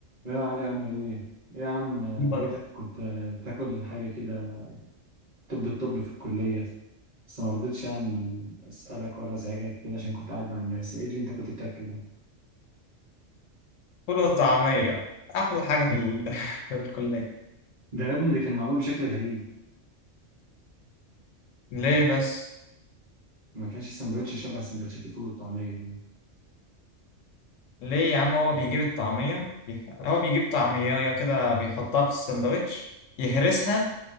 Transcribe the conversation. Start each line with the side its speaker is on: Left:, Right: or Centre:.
Right: يا علي عامل ايه؟ إيه يا عم
Left: بره
Right: لقيتك كنت تاكل حاجة كده طب الطب في الكلية بس ما رضيتش يعني اسألك ولا ازعجك كده عشان كنت قاعد مع الناس ايه اللي انت كنت بتاكله ده؟
Left: فول وطعمية أحلى حاجة
Right: <laughs>
Left: في ال... <laughs> في الكلية
Right: ده يا ابني ده كان معمول بشكل غريب
Left: ليه بس؟
Right: ما كانش سندوتش شبه سندوتشات الفول والطعمية يعني
Left: ليه يا عم هو بيجيب الطعمية بيح... هو بيجيب طعمية كده بيحطها في السندوتش يهرسها